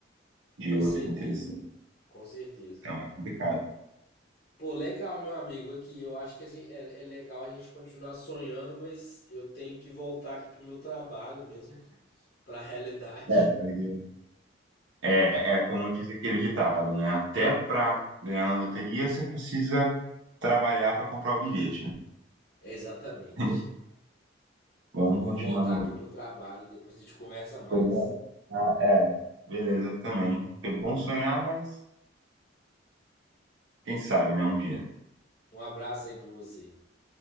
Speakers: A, on the right (about 90°); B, on the left (about 40°).
A: de
B: Com
A: outra
B: certeza.
A: interesseira.
B: Com certeza.
A: Então é complicado.
B: Pô, legal, meu amigo, aqui. Eu acho que a gente- é, é legal a gente continuar sonhando, mas eu tenho que voltar aqui pro meu trabalho mesmo, pra realidade.
A: É, porque- é,
B: É.
A: é como diz aquele ditado, né? Até para ganhar na loteria você precisa trabalhar para comprar o bilhete, né?
B: Exatamente.
A: <laughs> Vamos
B: Então vou
A: continuar
B: voltar
A: na
B: aqui
A: luta.
B: pro trabalho, depois a gente conversa mais.
A: Foi bom. Ah, é, beleza também. Foi bom sonhar, mas quem sabe, né? Um dia.
B: Um abraço aí pra você.